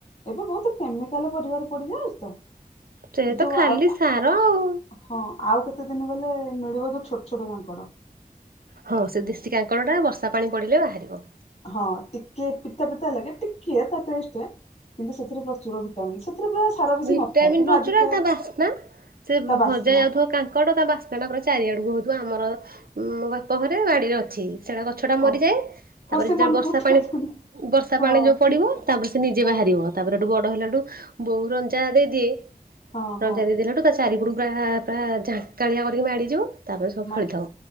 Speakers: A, on the left; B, on the right.
A: ଏବେ ବହୁତ କେମିକାଲ ପରିବାର ପଡିଯାଉଛି ତ।
B: ସେ
A: ଏ ଯୋଉ
B: ତ ଖାଲି
A: ଆଉ
B: ସାର ଆଉ।
A: ହଁ ଆଉ କେତେ ଦିନ ଗଲେ ମିଳିବ ଯୋଉ ଛୋଟ ଛୋଟ କାଙ୍କଡ।
B: ହଁ ସେ ଦେଶୀ କାଙ୍କଡ ଟା ବର୍ଷା ପାଣି ପଡିଲେ ବାହାରିବ।
A: ହଁ ଟିକେ ପିତା ପିତା ଲାଗେ ଟିକେ ତା ଟେଷ୍ଟ କିନ୍ତୁ ସେଥିରେ ପ୍ରଚୁର ଭି ସେଥିରେ ପୁରା ସାର ବେଶୀ
B: ଭିଟାମିନ୍
A: ନଥାଏ କିନ୍ତୁ
B: ପ୍ରଚୁର
A: ଆଜିକା
B: ଆଉ ତା ବାସ୍ନା ସେ
A: ତା ବାସ୍ନା
B: ଭଜା ଯାଉଥିବା କା କାଙ୍କଡ଼ ତା ବାସ୍ନା ପୁରା ଚାରିଆଡକୁ ହଉଥିବ ଆମର ବାପ ଘରେ ବାଡିରେ ଅଛି ସେଇଟା ଗଛ ଟା ମରିଯାଏ
A: ଓହୋ
B: ତାପରେ
A: ହଁ ସେ
B: ଯେତେବେଳେ
A: ମନକୁ
B: ବର୍ଷା
A: ଉଠେ
B: ପାଣି
A: ପୁଣି
B: ବର୍ଷା
A: ହଁ
B: ପାଣି ଯୋଉ ପଡିବ
A: ଠିକ୍ କଥା
B: ତାପରେ ସେ ନିଜେ ବାହାରିବ।
A: ହଁ
B: ତାପରେଠୁ ବଡ ହେଲାଠୁ ବୋଉ ରଞ୍ଜା ଦେଇଦିଏ
A: ହଁ
B: ରଞ୍ଜା
A: ହଁ
B: ଦେଇ ଦେଲାଠୁ ତା ଚାରିପଟୁ ପୁରା ପୁରା ଝାଙ୍କାଳିଆ କରିକି ମାଡ଼ିଯିବ। ତାପରେ ସବୁ
A: ମା
B: ଫଳିଥବ